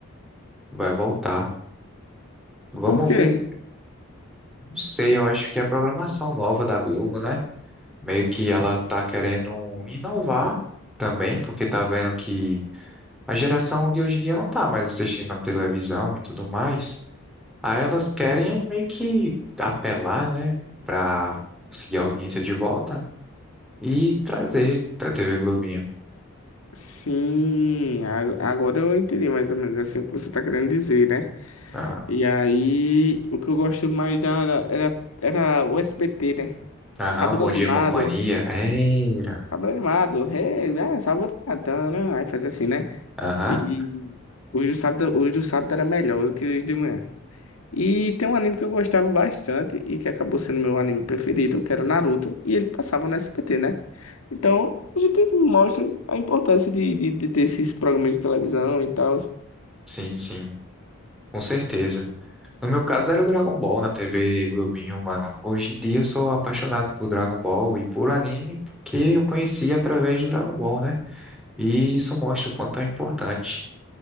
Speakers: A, in the centre; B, on the left (about 80°).
A: vai voltar. Vamos
B: por quê?
A: ver, não sei, eu acho que é a programação nova da Globo, né? Meio que ela tá querendo inovar também, porque tá vendo que a geração de hoje em dia não tá mais assistindo a televisão e tudo mais. Aí elas querem meio que apelar, né, pra conseguir a audiência de volta e trazer a TV Globinho.
B: Sim, a- agora eu entendi mais ou menos assim o que você tá querendo dizer, né?
A: Ah,
B: E aí, o que eu gosto mais da, da- era, era o SBT, né?
A: Aham,
B: Sábado
A: Bom
B: animado.
A: Dia e Companhia. Era.
B: Sábado animado. Hey, ah, sábado animado. tá, né? Aí fazia assim, né?
A: Aham,
B: E os do sábado, os do sábado era melhor do que os de manhã. E tem um anime que eu gostava bastante e que acabou sendo meu anime preferido, que era o Naruto, e ele passava no SBT, né? Então, a gente mostra a importância de, de, de ter esses programas de televisão e tal.
A: sim, sim, com certeza. No meu caso era o Dragon Ball na TV Globinho, mano. Hoje em dia eu sou apaixonado por Dragon Ball e por anime porque eu conheci através do Dragon Ball, né? E isso mostra o quanto é importante